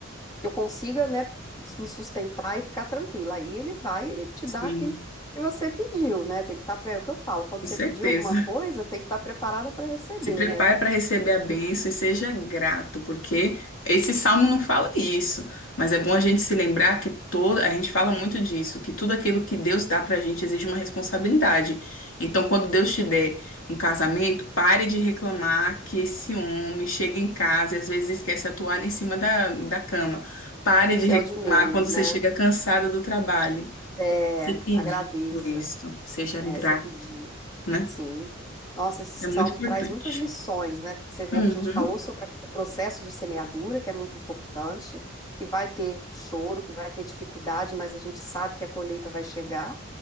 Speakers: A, on the left; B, on the left.
A: que eu consiga, né, me sustentar e ficar tranquila. Aí ele vai, ele te dá
B: Sim,
A: aquilo que você pediu, né? Tem que estar, pre... é o que eu falo, quando
B: com
A: você
B: certeza.
A: pedir alguma coisa, tem que estar preparada para receber,
B: Se prepare
A: né?
B: para receber a bênção e seja grato, porque esse salmo não fala isso, mas é bom a gente se lembrar que todo, a gente fala muito disso, que tudo aquilo que Deus dá para a gente exige uma responsabilidade. Então, quando Deus te der um casamento, pare de reclamar que esse homem chega em casa e às vezes esquece a toalha em cima da, da cama. Pare
A: Isso
B: de reclamar
A: é o de menos,
B: quando você
A: né?
B: chega cansada do trabalho.
A: É,
B: Se pedir
A: agradeça.
B: por isso, seja
A: É,
B: grato,
A: você pediu.
B: né?
A: Sim. Nossa, esse
B: É muito
A: salmo
B: importante.
A: traz muitas lições, né? Você vê
B: Uhum.
A: que a gente falou sobre o processo de semeadura, que é muito importante, que vai ter choro, que vai ter dificuldade, mas a gente sabe que a colheita vai chegar.